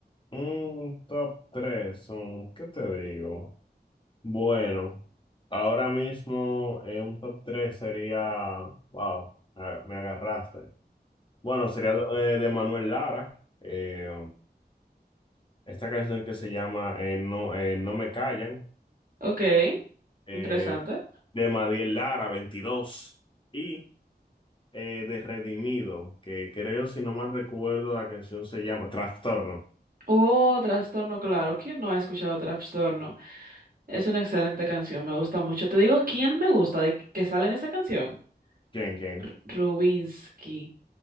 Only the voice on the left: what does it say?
Un top tres son ¿qué te digo? Bueno, ahora mismo en un top 3 sería, wow, a- me agarraste. Bueno, sería eh, de, Manuel Lara, eh, esta canción que se llama eh, No, eh, No me callan,
eh,
de Madiel Lara, veintidós y eh, de Redimido, que creo, si no mal recuerdo, la canción se llama Trastorno.
¿Quién, quién?